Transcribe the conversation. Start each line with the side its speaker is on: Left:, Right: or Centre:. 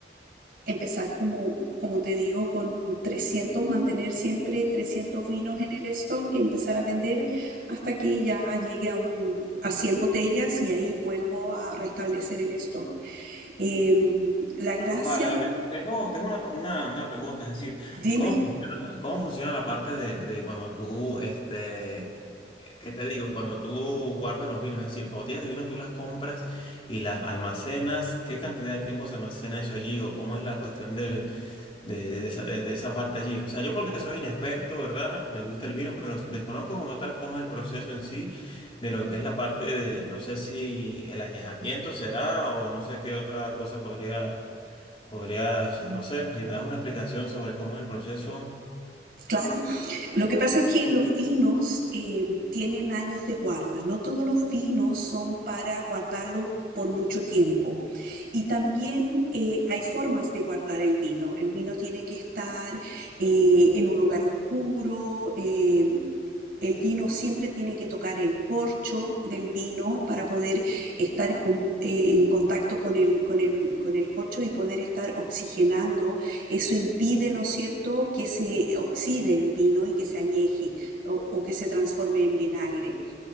Right: empezar como, como te digo, con trescientos mantener siempre 300 vinos en el stock y empezar a vender hasta que ya llegue a, un, a 100 botellas y ahí vuelvo a restablecer el stock. Em, la gracia,
Left: Vale, vale. Tengo, tengo una, una- una pregunta, es decir,
Right: dime.
Left: ¿cómo funciona, cómo funciona la parte de, de cuando tú, este, eh, ¿qué te digo? Cuando tú guardas los vinos, es decir, las botellas de vino tú las compras y las almacenas, ¿qué cantidad de tiempo se almacena eso allí? ¿O cómo es la cuestión del, de, de esa, de- de esa parte allí? O sea, yo porque soy inexperto, ¿verdad? Me gusta el vino, pero desconozco como tal cómo es el proceso en sí de lo que es la parte de, no sé si el añejamiento será o no sé qué otra cosa podría... Podrías, o sea, no sé, si me das una explicación sobre cómo es el proceso.
Right: Claro. Lo que pasa es que los vinos eh, tienen años de guarda. No todos los vinos son para guardarlos por mucho tiempo. Y también eh, hay formas de guardar el vino. El vino tiene que estar eh, en un lugar oscuro, eh, el vino siempre tiene que tocar el corcho del vino para poder estar con- eh, en contacto con el, con el, con el corcho y poder estar oxigenando. Eso impide, ¿no es cierto?, que se oxide el vino y que se añeje o, o que se transforme en vinagre.